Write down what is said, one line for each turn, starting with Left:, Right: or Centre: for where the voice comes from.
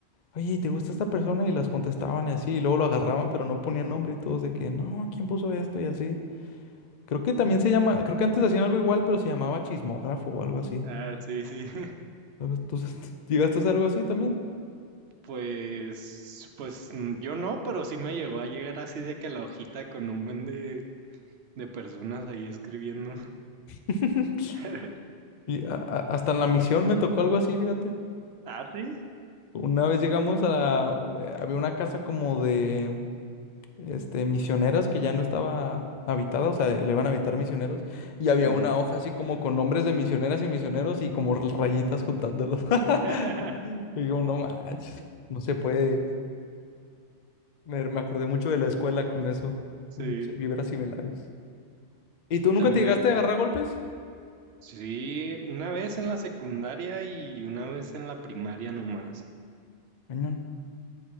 Left: oye, ¿te gusta esta persona? Y las contestaban y así, y luego lo agarraban, pero no ponían nombre y todos de que, no, ¿quién puso esto? Y así. Creo que también se llama, creo que antes hacían algo igual, pero se llamaba chismógrafo o algo
Right: <laughs>
Left: así.
Right: ah, sí, sí. <laughs>
Left: Algo- ¿Tú <laughs> llegaste a hacer algo así también?
Right: Pues, pues mm, yo no, pero sí me llegó a llegar así de que la hojita con un buen de, de personas ahí escribiendo.
Left: <laughs>
Right: <laughs>
Left: Y a- a- hasta en la misión me tocó algo así, fíjate.
Right: Ah, sí.
Left: Una vez llegamos a la- eh, había una casa como de este misioneras que ya no estaba habitada, o sea, le iban a habitar misioneros y había
Right: Ah.
Left: una hoja así como con nombres de misioneras y misioneros y como rayitas juntándolos. <laughs>
Right: <laughs>
Left: Y digo, no manches, no se puede. Me, me acordé mucho de la escuela con eso,
Right: Sí,
Left: muchas vibras similares. ¿Y tú nunca
Right: también
Left: te llegaste
Right: el...
Left: a agarrar a golpes?
Right: Sí, una vez en la secundaria y una vez en la primaria nomás.
Left: Cañón.